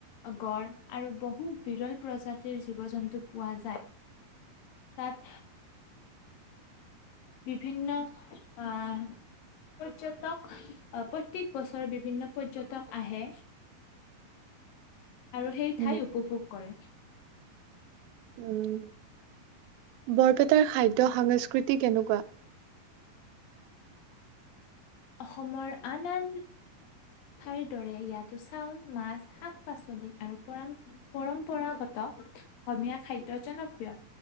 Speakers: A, on the left; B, on the right.
A: গড় আৰু বহু বিৰল প্ৰজাতিৰ জীৱ জন্তু পোৱা যায় তাত বিভিন্ন আহ পৰ্যটক প্ৰতি বছৰে বিভিন্ন পৰ্যটক আহে। আৰু সেই
B: উম।
A: ঠাই উপভোগ। কৰে।
B: ওম! বৰপেটাৰ খাদ্য সংস্কৃতি কেনেকুৱা?
A: অসমৰ আন আন ঠাইৰ দৰে ইয়াতো চাউল, মাছ, শাক-পাচলি আৰু পৰম পৰম্পৰাগত অসমীয়া খাদ্য জনপ্ৰিয়